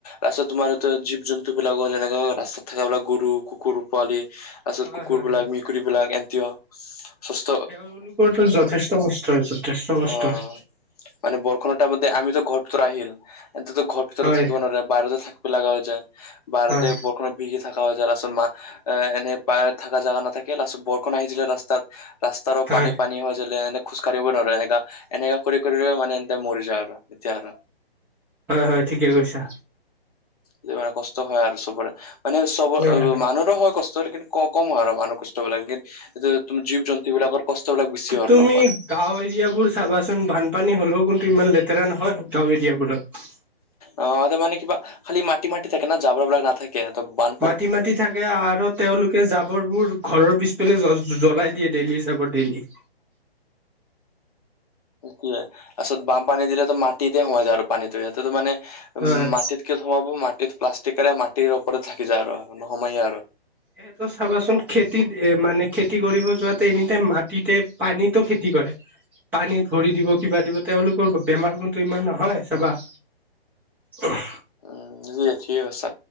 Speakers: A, on the left; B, in the centre.
A: ৰাস্তাত তোমাৰ <unintelligible> জীৱ - জন্তুবিলাকৰ যেনেকে ৰাস্তাত থাকে বোলে গৰু, কুকুৰ পোৱালি তাৰ পিছত
B: হয়
A: কুকুৰবিলাক,
B: হয় হয়
A: মেকুৰীবিলাক <unintelligible>
B: তেওঁলোকৰটো যথেষ্ট কষ্ট হয়, যথেষ্ট
A: অ'
B: কষ্ট হয়।
A: মানে বৰষণটা <unintelligible> আমিতো ঘৰ ভিতৰত আহিল এন্ততো ঘৰ ভিতৰত
B: হয়
A: থাকিব ধৰা বাহিৰতে থাকিব লাগা হৈ যায়, বাহিৰতে
B: হয়
A: বৰষুণত ভিগি থাকা হৈ যায় তাৰপিছত মা আহ, এনে পায় থাকা জাগা নাথাকে তাৰপিছত বৰষূণ আহি দিলে ৰাস্তাত ৰাস্তাৰো
B: হয়
A: পানী - পানী হৈ জলে এনে খোজ কাঢ়িব নোৱাৰো এনেকা-এনেকা কৰি কৰি মানে এন্তে মৰি যায় আৰু এতিয়া আৰু।
B: হয় - হয় ঠিকে কৈছা।
A: <unintelligible> কষ্ট হয় আৰু চবৰে মানে চব অ
B: হয় হয়
A: মানুহৰে হয় কষ <unintelligible> ক কম আৰু মানুহ কষ্টবিলাক কিন্তু তুমি জীৱ জন্তুবিলাকৰ কষ্টবিলাক বেছি অলপমান।
B: তুমি গাঁও এৰিয়াবোৰ চাবাচোন বানপানী হ'লেও কিন্তু ইমান লেতেৰা নহয় গাঁও এৰিয়াবোৰত।
A: অ <unintelligible> মানে কিবা খালি মাটি - মাটি থাকে না জাবৰাবিলাক নাথা কে ত বান
B: মাটি - মাটি থাকে আৰু তেওঁলোকে জাবৰবোৰ ঘৰৰ পিছ পেলে জ্ব - জ্বলাই দিয়ে ডেইলি যাবৰ ডেইলি।
A: দিয়ে তাৰপিছত বামপানী দিলেতো মাটিতে সোমাই যায় আৰু পানীটো সিহতেতো মানে উম
B: হয়
A: মাটিত <unintelligible> সোমাব মাটিত প্লাষ্টিকেৰে মাটিৰ ওপৰত থাকি যায় আৰু নোসোমায় আৰু।
B: সেইটো চাবাচোন, খেতিত এ মানে খেতি কৰিব যোৱাতে এনিটাইম মাটিতে, পানীতো খেতি কৰে। পানীত ভৰি দিব কিবা দিব, তেওঁলোকৰ বেমাৰ গুণটো ইমান নহয় চাবা। অহ।
A: উম <unintelligible> ঠিকে কৈছা।